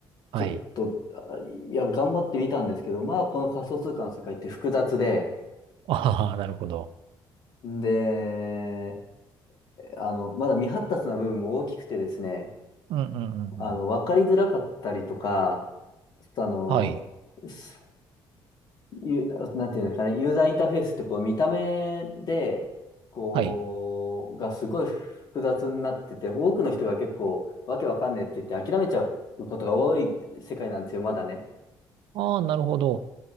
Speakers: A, on the right (about 75°); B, on the left (about 50°).
A: はい。
B: ちょっと、あいや、頑張ってみたんですけど、まあ、この仮想通貨の世界って複雑で、
A: <laughs> ああ、なるほど。
B: で、あの、まだ未発達な部分も大きくてですね、
A: うんうんうんうん。
B: あの、わかりづらかったりとか、あの、
A: はい。
B: すゆなんていうんですかね、ユーザーインターフェースってこう見た目で、こう、
A: はい。
B: がすごい複雑になってて、多くの人が結構わけわかんねえって言って諦めちゃうことが多い世界なんですよ、まだね。
A: ああ、なるほど。